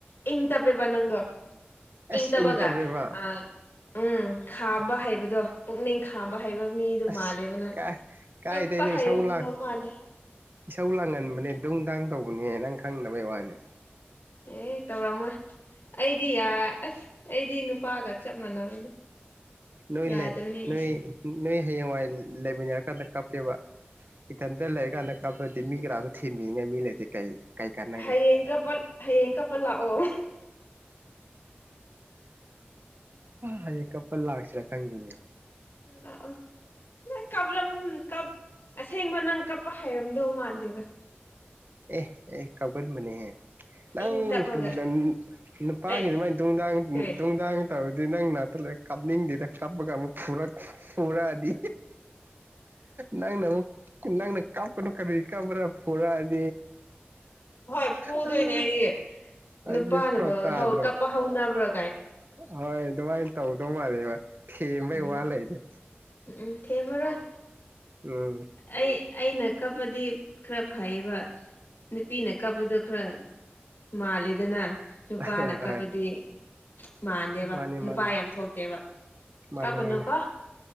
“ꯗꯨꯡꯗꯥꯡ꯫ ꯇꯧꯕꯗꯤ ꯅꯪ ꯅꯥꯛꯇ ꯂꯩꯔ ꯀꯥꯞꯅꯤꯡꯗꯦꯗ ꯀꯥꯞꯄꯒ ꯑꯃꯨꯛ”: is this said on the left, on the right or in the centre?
Right